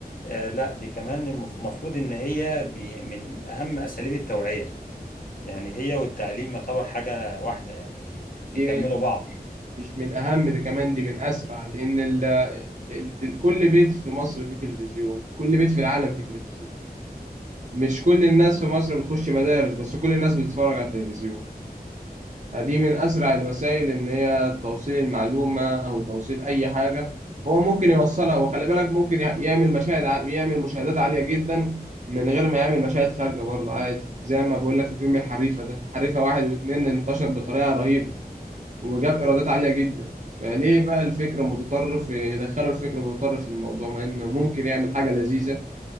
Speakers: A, on the left; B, on the right.
A: آه لا دي كمان المفروض إن هي بي- من أهم أساليب التوعية يعني هي والتعليم يعتبر حاجة واحدة يعني بيكملوا
B: دي من-
A: بعض
B: مش من اهم دي كمان دي من اسرع لان ال... ال- كل بيت في مصر فيه تلفزيون كل بيت في العالم فيه تلفزيون مش كل الناس في مصر بتخش مدارس بس كل الناس بتتفرج على التلفزيون دي من أسرع الوسائل إن هي توصيل المعلومة أو توصيل أي حاجة هو ممكن يوصلها وخلي بالك ممكن يعمل مشاهد ع- يعمل مشاهدات عالية جدا من غير ما يعمل مشاهد خارجة برضه عادي زي ما بقول لك في فيلم الحريفة ده حريفة واحد واتنين انتشر بطريقة رهيبة وجاب إيرادات عالية جدا فليه بقى الفكر المتطرف يدخلوا الفكر المتطرف في الموضوع مع إنه ممكن يعمل حاجة لذيذة